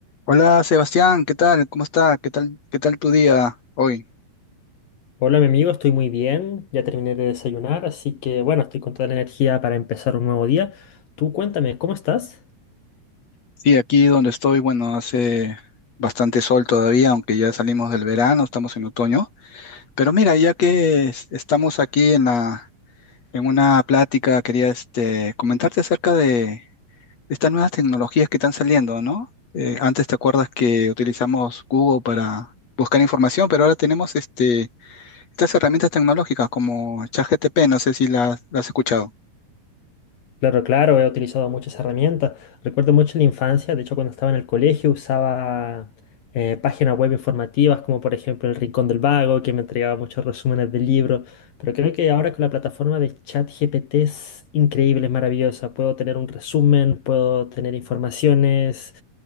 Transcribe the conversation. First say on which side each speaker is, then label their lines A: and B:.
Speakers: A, on the left (about 50°); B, on the left (about 75°).
A: Hola Sebastián, ¿qué tal? ¿Cómo está? ¿Qué tal? ¿Qué tal tu día hoy?
B: Hola, mi amigo, estoy muy bien. Ya terminé de desayunar, así que bueno, estoy con toda la energía para empezar un nuevo día. Tú cuéntame, ¿cómo estás?
A: Sí, aquí donde estoy, bueno, hace bastante sol todavía, aunque ya salimos del verano, estamos en otoño. Pero mira, ya que es- estamos aquí en la, en una plática, quería este, comentarte acerca de estas nuevas tecnologías que están saliendo, ¿no? Eh, antes te acuerdas que utilizamos Google para buscar información, pero ahora tenemos este, estas herramientas tecnológicas como ChatGPT, no sé si las, las has escuchado.
B: Claro, claro, he utilizado muchas herramientas. Recuerdo mucho la infancia, de hecho cuando estaba en el colegio usaba eh, páginas web informativas como por ejemplo El Rincón del Vago, que me entregaba muchos resúmenes de libros, pero creo que ahora con la plataforma de ChatGPT es increíble, es maravillosa. Puedo tener un resumen, puedo tener informaciones,